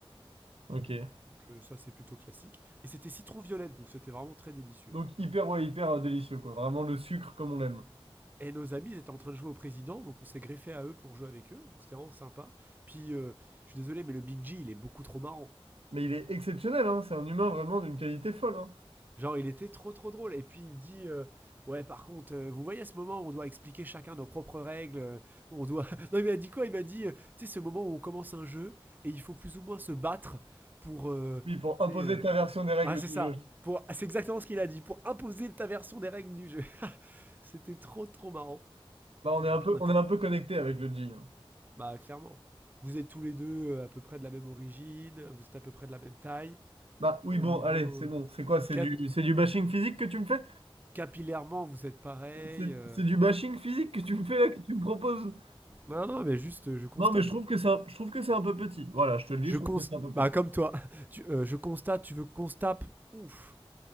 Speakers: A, on the right; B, on the right.
A: ok.
B: Donc euh, ça, c'est plutôt classique. Et c'était citron violette, donc c'était vraiment très délicieux.
A: Donc hyper, ouais, hyper euh, délicieux, quoi. Vraiment le sucre comme on l'aime.
B: Et nos amis ils étaient en train de jouer au président, donc on s'est greffé à eux pour jouer avec eux. Donc c'était vraiment sympa. Puis, euh, je suis désolé, mais le Big G, il est beaucoup trop marrant.
A: Mais il est exceptionnel, hein. C'est un humain vraiment d'une qualité folle, hein.
B: Genre, il était trop trop drôle. Et puis il me dit euh, Ouais, par contre, euh, vous voyez ce moment où on doit expliquer chacun nos propres règles euh, où On doit. <laughs> Non, il m'a dit quoi Il m'a dit euh, Tu sais, ce moment où on commence un jeu et il faut plus ou moins se battre pour. euh,
A: Oui, pour
B: tu
A: imposer
B: sais. euh,
A: ta version des règles
B: Ah, c'est
A: du
B: ça.
A: jeu.
B: Pour... ah, C'est exactement ce qu'il a dit. Pour imposer ta version des règles du jeu. <laughs> C'était trop trop marrant.
A: Bah, on est
B: Puis
A: un
B: après,
A: peu,
B: on a
A: on
B: fait
A: est un peu connecté avec le G. hein.
B: Bah, clairement. Vous êtes tous les deux euh, à peu près de la même origine, vous êtes à peu près de la même taille.
A: Bah oui,
B: Au
A: bon,
B: niveau
A: allez, c'est bon. C'est quoi? C'est
B: cap-
A: du, c'est du bashing physique que tu me fais?
B: capillairement, vous êtes pareil.
A: C'est
B: euh,
A: c'est du bashing physique que tu me fais là, que tu me proposes?
B: Non, non, mais juste, euh, je constate.
A: Non, mais je trouve que c'est un, je trouve que c'est un peu petit. Voilà, je te le dis,
B: Je
A: je
B: constate.
A: trouve que c'est un peu petit.
B: Bah, comme toi. <laughs> Tu, euh, je constate, tu veux constape Ouf.